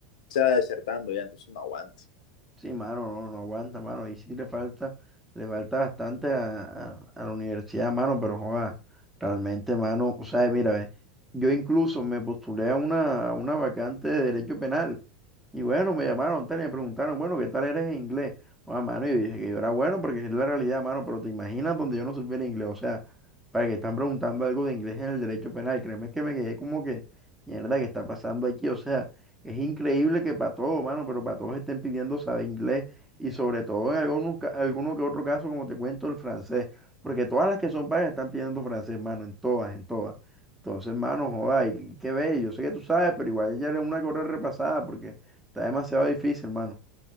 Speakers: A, on the left; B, in the centre.
A: sea, desertando ya, entonces no aguanta.
B: Sí, mano, no, no aguanta, mano. Ahí sí le falta, le falta bastante a, a- a la universidad, mano, pero joda, realmente, mano, o sea, mira, ve, yo incluso me postulé a una, a una vacante de derecho penal. Y bueno, me llamaron, tal, y me preguntaron, bueno, ¿qué tal eres en inglés? Ah, mano, y dije que yo era bueno porque es la realidad, mano, pero te imaginas donde yo no supiera inglés, o sea, para que están preguntando algo de inglés en el derecho penal, créeme que me quedé como que, mierda, ¿qué está pasando aquí? O sea, es increíble que para todo, mano, pero para todos estén pidiendo saber inglés y sobre todo en algunos, ca- alguno que otro caso, como te cuento, el francés, porque todas las que son pagas están pidiendo francés, mano, en todas, en todas. Entonces, mano, joda, y qué bello, yo sé que tú sabes, pero igual ya era una que repasada porque Está demasiado difícil, mano.